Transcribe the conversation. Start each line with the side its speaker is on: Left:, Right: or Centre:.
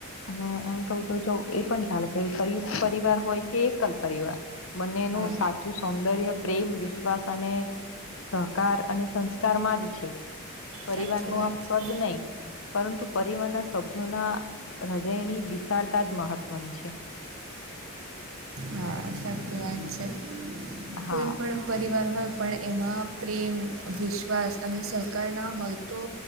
Left: અને એમ કહ તો એ પણ ચાલે કે સંયુક્ત પરિવાર હોય કે એકલ પરિવાર બંનેનું
Right: હા
Left: સાચું સૌંદર્ય પ્રેમ વિશ્વાસ અને સહકાર અને સંસ્કાર માં જ છે પરિવાર
Right: સાચી
Left: નું
Right: વાત
Left: આમ
Right: છે
Left: કદ નહી પરંતુ પરિવારના સભ્યોના હૃદયની વિશાળતા જ મહત્વની છે
Right: હા સાચી વાત છે કોઈ
Left: હા
Right: પણ પરિવાર હોય પણ એમાં પ્રેમ વિશ્વાસ અને સહકાર ના હોય તો